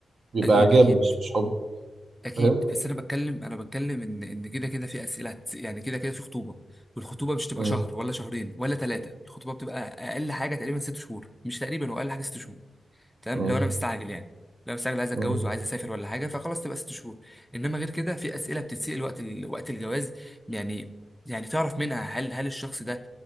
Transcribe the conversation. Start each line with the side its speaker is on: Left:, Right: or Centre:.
Right: بيبقى
Centre: اكيد
Right: اعجاب
Centre: اكيد
Right: مش مش حب
Centre: اكيد
Right: فاهم؟
Centre: بس انا بتكلم انا بتكلم ان ان كده كده في اسئله هتس- يعني كده كده في خطوبه والخطوبه مش تبقى
Right: امم
Centre: شهر ولا شهرين ولا ثلاثه الخطوبه بتبقى اقل حاجه تقريبا ست شهور مش تقريبا واقل حاجه ست شهور تمام
Right: امم
Centre: لو انا مستعجل يعني لو انا مستعجل عايز اتجوز
Right: امم
Centre: وعايز اسافر ولا حاجه فخلاص تبقى ست شهور انما غير كده في اسئله بتتسال وقت ال... وقت الجواز يعني يعني تعرف منها هل هل الشخص ده